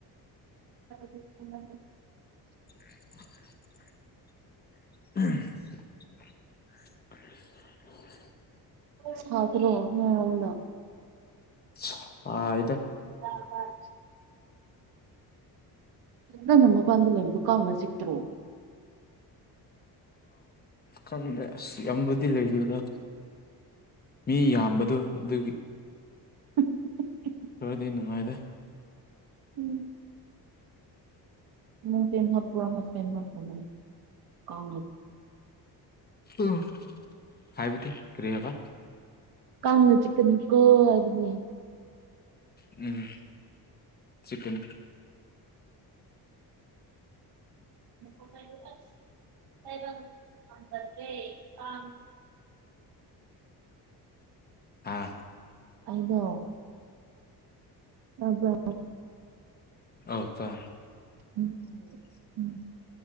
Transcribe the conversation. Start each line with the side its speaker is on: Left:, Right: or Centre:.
Right: <inaudible>
Left: <unintelligible> <unintelligible>
Right: ꯁꯥꯗ꯭ꯔꯣ ꯅꯂ
Left: ꯁꯥꯏꯗ
Right: ꯑ ꯅꯃ ꯄꯗꯝ ꯂꯩꯦ ꯄꯨꯀꯑ ꯁꯤꯠꯇꯔꯣꯝ
Left: ꯀꯪꯗꯦ ꯑꯁ ꯌꯥꯝꯕꯨꯗꯤ ꯂꯩꯕꯤꯗꯣ ꯃꯤ ꯌꯥꯝꯕꯗꯣ ꯑꯗꯨꯒꯤ
Right: <unintelligible>
Left: ꯊꯔꯗꯤ ꯅꯨꯡꯉꯥꯏꯗ
Right: ꯎꯝ ꯃ ꯇꯦꯟ ꯍꯥꯠ ꯄꯔ ꯇꯦꯟꯃ ꯄ ꯀꯥꯎ
Left: ꯎ ꯍꯥꯏꯕꯤꯗꯤ ꯀꯔꯤ ꯍꯥꯏꯕ
Right: ꯀꯥꯉꯅ ꯆꯤꯛꯅꯅꯤ ꯀꯣ ꯑꯗꯨ ꯑꯗꯨꯅꯤ
Left: ꯎꯝ ꯆꯀꯅ
Right: ꯣ ꯐꯥꯏꯗꯁ ꯕꯠꯇꯦ ꯀ
Left: ꯍꯥꯥ
Right: ꯑꯗꯣ ꯑꯕ
Left: ꯑ ꯇ
Right: ꯎꯝ
Left: <unintelligible>
Right: ꯎꯝ